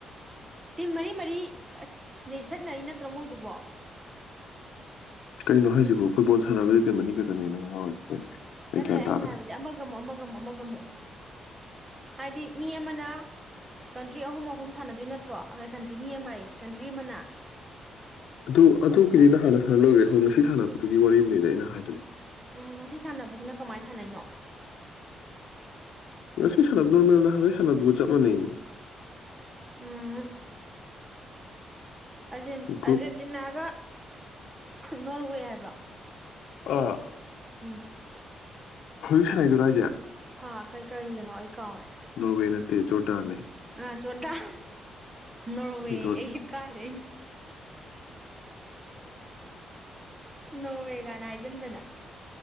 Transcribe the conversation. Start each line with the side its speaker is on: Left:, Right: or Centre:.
Right: ꯇꯤꯝ ꯃꯔꯤ ꯃꯔꯤ ꯑꯁ ꯌꯩꯊꯠꯅꯔꯤ ꯅꯠꯇ꯭ꯔꯣ ꯃꯣꯏꯗꯨꯕꯣ
Left: ꯀꯩꯅꯣ ꯍꯥꯏꯁꯤꯕꯨ ꯐꯨꯠꯕꯣꯜ ꯁꯥꯟꯅꯕꯗꯤ ꯇꯤꯝ ꯃꯅꯤ ꯈꯛꯇꯅꯤꯅ ꯅꯪ ꯉꯥꯎꯔꯤꯕꯨꯗꯨ ꯀꯩꯅꯣ ꯑꯩ
Right: ꯅꯠꯇꯦ
Left: ꯒ꯭ꯌꯥꯟ
Right: ꯑꯩꯅ
Left: ꯇꯥꯗ꯭ꯔꯦ
Right: ꯍꯥꯏꯕꯗꯤ ꯑꯃꯒ ꯑꯃꯨꯛ ꯑꯃꯒ ꯑꯃꯨꯛ ꯑꯃꯒ ꯑꯃꯨꯛ ꯍꯥꯏꯗꯤ ꯃꯤ ꯑꯃꯅ ꯀꯟꯇ꯭ꯔꯤ ꯑꯍꯨꯝ ꯑꯍꯨꯝ ꯁꯥꯟꯅꯗꯣꯏ ꯅꯠꯇ꯭ꯔꯣ ꯑꯩ ꯀꯟꯇ꯭ꯔꯤ ꯃꯤ ꯑꯃꯌꯦ ꯀꯟꯇ꯭ꯔꯤ ꯑꯃꯅ
Left: ꯑꯗꯨ ꯑꯗꯨꯒꯤꯗꯤ ꯅꯍꯥꯟꯅ ꯁꯥꯟꯅ ꯂꯣꯏꯈ꯭ꯔꯦ ꯑꯩꯈꯣꯏ ꯉꯁꯤ ꯁꯥꯟꯅꯕꯗꯨꯒꯤ ꯋꯥꯔꯤꯕꯨꯅꯤꯗ ꯑꯩꯅ ꯍꯥꯏꯗꯨꯅ
Right: ꯎꯝ ꯉꯁꯤ ꯁꯥꯟꯅꯕꯁꯤꯅ ꯀꯃꯥꯏꯅ ꯁꯥꯟꯅꯩꯅꯣ
Left: ꯉꯁꯤ ꯁꯥꯟꯅꯕ ꯅꯣꯔꯃꯦꯜ ꯅꯍꯪꯉꯩ ꯁꯥꯟꯅꯕꯗꯨꯒ ꯆꯞ ꯃꯥꯟꯅꯩꯌꯦ
Right: ꯎꯝ ꯖ
Left: ꯒ꯭ꯔꯨꯞ
Right: ꯑꯔꯖꯦꯟꯇꯤꯅꯥꯒ ꯅꯣꯔꯋꯦ ꯍꯥꯏꯕ꯭ꯔꯣ
Left: ꯑꯥ
Right: ꯎꯝ
Left: ꯍꯧꯖꯤꯛ ꯁꯥꯟꯅꯩꯗꯨꯔꯣ ꯍꯥꯢꯖꯦ
Right: ꯍꯥ ꯀꯩ ꯀꯩꯒꯅꯣ ꯑꯩ ꯀꯥꯎ꯭ꯔꯦ
Left: ꯅꯣꯔꯋꯦ ꯅꯠꯇꯦ ꯖꯣꯔꯗꯥꯟꯅꯦ
Right: ꯑ ꯖꯣꯔꯗꯥꯜ ꯅꯣꯔꯋꯦ
Left: ꯖꯣꯔ
Right: ꯑꯩꯁꯦ ꯀꯥꯏꯗꯩꯅꯣ ꯅꯣꯔꯜ ꯍꯥꯢꯖꯤꯟꯗꯅ